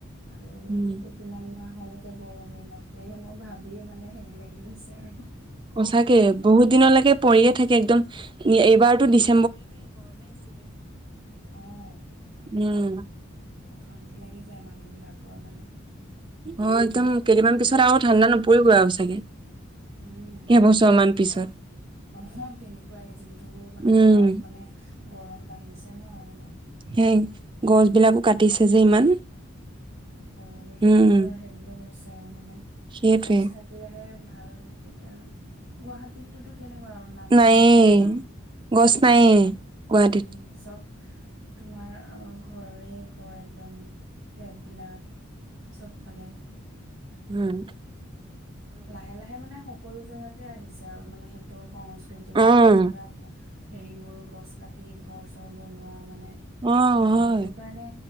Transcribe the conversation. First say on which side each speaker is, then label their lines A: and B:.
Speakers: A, on the right; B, on the right.
A: আৰু
B: উম।
A: দুদিমান মাহলে যে গৰমে বাপৰে মোৰ ভাবিয়ে মানে হেৰি লাগি গৈছে আৰু।
B: সচাকে বহু দিনলৈকে পৰিয়ে থাকে একদম এইবাৰতো দিছ
A: অ', তাকেতো
B: উম,
A: অশান্তি লাগি যায় মানুহ বি বিলাকৰ মানে
B: অ', একদম কেইদিনমান পিছত আৰু ঠাণ্ডা নপৰিব আৰু চাগে।
A: উম।
B: কেইবছৰমান পিছত
A: অহ, তেনেকুৱাই যিটো মানে
B: উম,
A: হাৰত মানে গৰম বাঢ়ি ছে ন মানে
B: সেই গছ বিলাকো কাটিছে যে, ইমান
A: পৰিৱেশটোৰ
B: উম।
A: পৰা হেৰি হৈ গৈছ তাৰো মানে
B: সেইটোৱে,
A: গছ থাকিলেহে ভাল এতিয়া গুৱাহাটীতটোত কেনেকুৱা আৰু নহোৱা
B: নায়েই।
A: নিচিনাই ন?
B: গছ নায়েই গুৱাহাটীত,
A: নাইয়ে চব তোমাৰ অ', ঘৰে ঘৰ একদম ফ্লেট বিলাক চ'ব ফালে
B: হ'ম
A: লাহে, লাহে মানে‌ সক সকলো জেগাতে আহিছে আৰু মানে সেই তোৰ সংস্কৃতি
B: অ'।
A: মানে একদম ধৰা হেৰিবোৰ গছ কাটি ঘৰ চৰ বনোৱা মানে
B: অ',
A: আৰু
B: হয়,
A: সেইটো কাৰণে